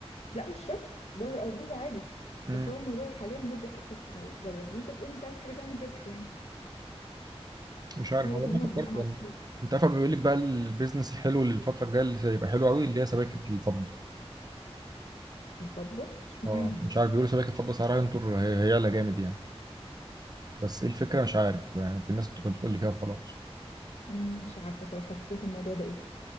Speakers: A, on the left (about 80°); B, on the right (about 40°).
A: لا مش شرط بره او جوه عادي
B: مم.
A: بس هو الموضوع حاليا مربح اكتر في مر- بره وانت بتقولي انت عايز حاجة تعمل ربح يعني
B: مش عارف
A: فانا
B: هو
A: بكلمك
B: انا فكرت
A: بناء على
B: يعني
A: السوق
B: انت عارف بيقول لك بقى البيزنس الحلو الفتره الجايه اللي هيبقى حلو قوي اللي هي سبائك الفضه
A: الفضة اشمعنى
B: اه مش عارف بيقولوا سباكة فضة سعرها ينطر هي- هيعلى جامد يعني بس ايه الفكرة مش عارف يعني في الناس كانت بتقول لي كده وخلاص
A: مم، مش عارفة صراحة فكرة الموضوع ده ايه